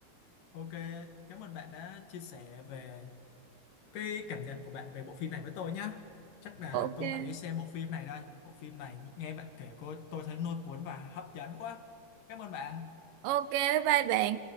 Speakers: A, on the left; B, on the right.
A: ok cảm ơn bạn đã chia sẻ về cái cảm nhận của bạn về bộ phim này với tôi nhá chắc là
B: Ok.
A: tôi phải đi xem bộ phim này đây bộ phim này nghe bạn kể cô tôi thấy lôi cuốn và hấp dẫn quá cảm ơn bạn
B: Ok, bye bye bạn.